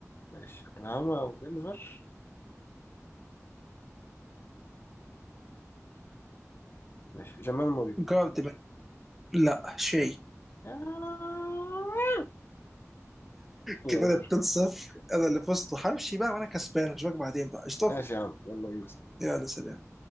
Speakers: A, on the left; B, in the centre.
A: ماشي أوكلاهوما أو دنفر ماشي جمال موري
B: جاردمان لا شيء
A: يلا
B: كده
A: مش
B: انا
A: مشكلة
B: 2 0 انا اللي فزت وهمشي بقى وانا كسبان اشوفك بعدين بقى قشطه
A: ماشي يا عم يلا بينا
B: يلا سلام